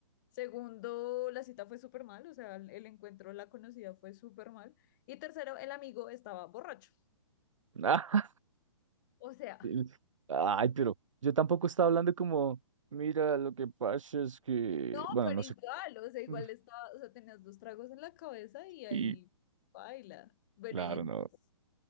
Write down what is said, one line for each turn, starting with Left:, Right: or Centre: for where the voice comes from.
Left: Segundo, la cita fue súper mal, o sea, el, el encuentro, la conocida fue súper mal. Y tercero, el amigo estaba borracho.
Right: <laughs>
Left: O sea,
Right: Sí. Ay, pero yo tampoco estaba hablando como, mira, lo que pasa es que,
Left: no,
Right: bueno,
Left: pero
Right: no
Left: igual,
Right: sé.
Left: o sea, igual
Right: <laughs>
Left: estaba, o sea, tenías dos tragos en la cabeza y ahí
Right: Y
Left: baila. Bueno,
Right: claro,
Left: y entonces,
Right: no.